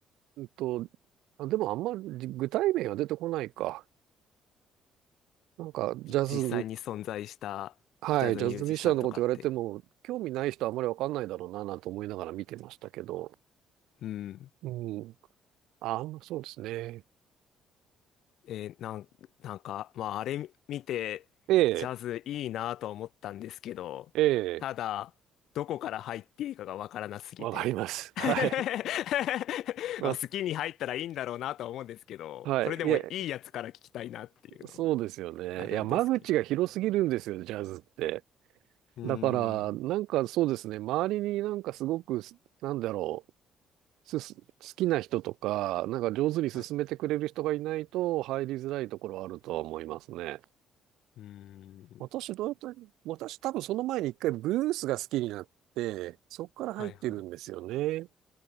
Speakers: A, on the right; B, on the left.
A: う。うんと、あ、でもあんまり具体名は出てこないか。なんかジャズ、
B: じ実際に存在したジャズミュージシャンとかって。
A: はい、ジャズミッシャーのこと言われても、興味ない人はあんまりわかんないだろうな、なんて思いながら見てましたけど。
B: うん。
A: うん。あ、そうですね。
B: えーなん、なんか、まあ、あれ見て、
A: ええ、
B: ジャズいいなとは思ったんですけど、
A: ええ、
B: ただ、どこから入っていいかがわからなすぎて。
A: わかります。はい。
B: <laughs>
A: まあ
B: まあ、好きに入ったらいいんだろうなとは思うんですけど、
A: はい。
B: それでもいいやつから聞きたいなっていうの
A: いえそうですよね。
B: あるんですけど。
A: いや、間口が広すぎるんですよ、ジャズって。
B: うーん。
A: だから、なんかそうですね、周りになんかすごく、すなんだろう、すす、好きな人とか、なんか上手に進めてくれる人がいないと入りづらいところはあるとは思いますね。
B: はい。うーん。
A: 私、どうやった私、多分その前に一回ブルースが好きになって、そこから入ってるんですよね。
B: はいはい。